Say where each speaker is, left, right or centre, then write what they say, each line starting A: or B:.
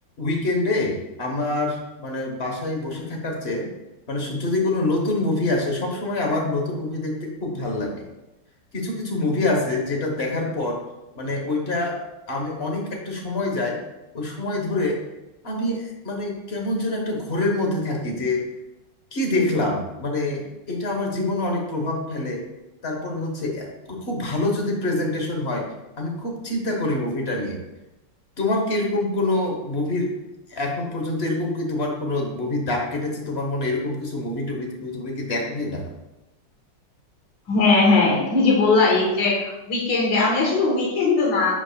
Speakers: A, on the left; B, on the left.
A: উইকেন্ডে আমার মানে বাসায় বসে থাকার চেয়ে মানে সু- যদি কোনো নতুন মুভি আসে সব সময় আমার নতুন মুভি দেখতে খুব ভাল লাগে কিছু কিছু মুভি আছে যেটা দেখার পর মানে ওইটা আমি অনেক একটা সময় যায় ওই সময় ধরে আমি মানে কেমন যেন একটা ঘোরের মধ্যে থাকি যে কি দেখলাম মানে এটা আমার জীবনে অনেক প্রভাব ফেলে তারপর হচ্ছে এ- খুব ভালো যদি প্রেজেন্টেশন হয় আমি খুব চিন্তা করি মুভিটা নিয়ে তোমার কি এরকম কোনো মুভির এখন পর্যন্ত এরকম কি তোমার কোনো মুভি দাগ কেটেছে তোমার মনে এরকম কিছু মুভি টুভি কি তুমি কি দেখো কি না
B: হ্যাঁ হ্যাঁ তুমি যে বললা এই যে উইকেন্ডে আমি আসলে উইকেন্ডে না